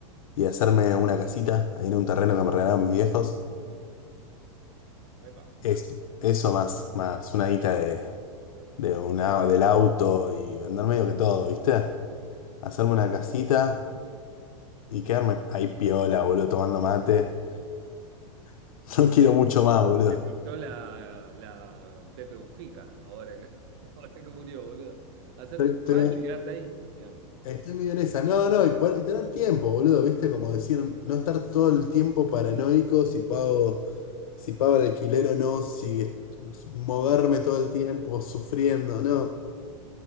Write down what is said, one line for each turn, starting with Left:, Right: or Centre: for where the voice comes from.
Left: y hacerme una casita ahí en un terreno que me regalaron mis viejos.
Right: Epa.
Left: Eso, eso más, más una guita de, de una, del auto y vender medio que todo, ¿viste? Hacerme una casita y quedarme ahí piola, boludo, tomando mate. <laughs> No quiero mucho más, boludo.
Right: Me pintó la, la Pepe Mujica, ahora que, <laughs> ahora que murió, boludo. Hacerte
Left: Estoy,
Right: tu
Left: estoy-
Right: rancho y quedarte ahí, digamos.
Left: Estoy medio en esa. No, no, y, poder- y tener tiempo, boludo, ¿viste? Como decir, no estar todo el tiempo paranoico si pago, si pago el alquiler o no, si est- moverme todo el tiempo sufriendo, no.